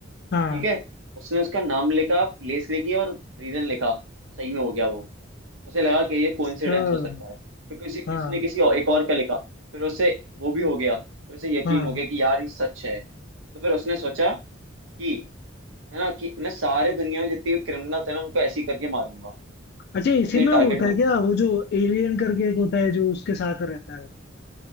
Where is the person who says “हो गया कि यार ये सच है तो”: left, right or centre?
Right